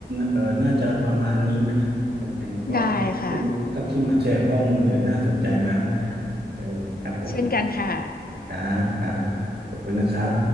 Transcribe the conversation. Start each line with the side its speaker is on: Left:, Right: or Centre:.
Right: เอ่อน่าจะประมาณนี้นะครับคุณแอมก็ขอบคุณครับที่มาแชร์ข้อมูลเออน่าสนใจมาก
Left: ได้ค่ะ
Right: เออครับผม
Left: เช่นกันค่ะ
Right: ครับครับขอบคุณนะครับ